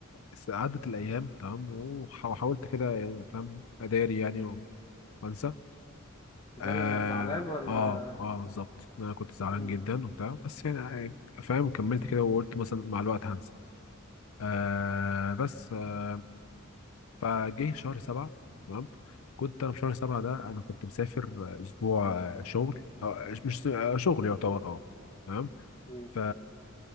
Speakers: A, on the left (about 75°); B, on the left (about 20°).
A: فعدت الأيام تمام وح- وحاولت كده يعني فاهم أداري يعني و- وأنسى
B: تداري
A: آه
B: انك زعلان ولا
A: آه آه بالظبط أنا كنت زعلان
B: م-
A: جدا وبتاع بس يعني آه، يعني فاهم كملت كده وقلت مثلا مع الوقت هنسى آه بس آه فجه شهر سبعة تمام كنت أنا في شهر سبعة ده أنا كنت مسافر آه، أسبوع آه، شغل آه مش آه شغل يعتبر آه تمام
B: م.
A: ف